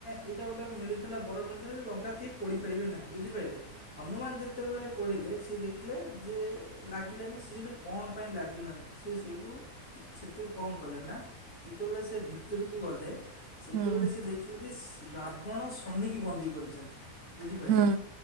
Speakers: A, on the left; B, on the right.
A: ଏଇଟା ଗୋଟେ ମିଳିଥିଲା ବର ମିଳିଥିଲା ଲଙ୍କା କେହି ପୋଡ଼ିପାରିବେ ନାହିଁ। ବୁଝିପାରିଲେ ହନୁମାନ ଯେତେବେଳେ ପୋଡ଼ିଲେ ସିଏ ଦେଖିଲେ ଯେ ଲାଗିଲାନି ସେ ସେଟ କଣ ପାଇଁ ଲାଗିଲାନି ସେ ସେଇଠୁ ସେଠୁ କଣ କଲେ ନା ଯେତେବେଳେ ସେ ଭିତରକୁ ଗଲେ ସେତେବେଳେ
B: ହୁଁ
A: ସେ ଯେ ରାବଣ ଶନିକି ବନ୍ଦୀ କରିଚନ୍ତି। ବୁଝିପାରିଲ?
B: ହୁଁ ହୁଁ